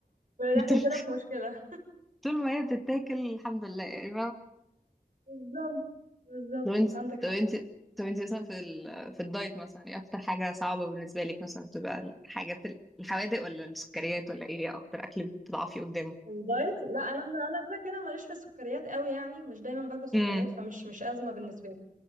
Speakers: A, in the centre; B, on the right.
A: <laughs>
B: احنا
A: طول
B: كده في مشكله
A: طول ما هي بتتاكل الحمد لله يعني
B: بالظبط بالظبط
A: طب انت
B: عندك حق
A: طب انت طب انت مثلا في ال... في الدايت مثلا ايه اكتر حاجة صعبة بالنسبة لك مثلا بتبقى الحاجات ال- الحوادق ولا السكريات ولا ايه ايه اكتر اكل بتضعفي قدامه
B: الدايت لا انا انا كده كده ماليش في السكريات قوي يعني مش دايما باكل سكريات
A: امم
B: فمش مش ازمه بالنسبه لي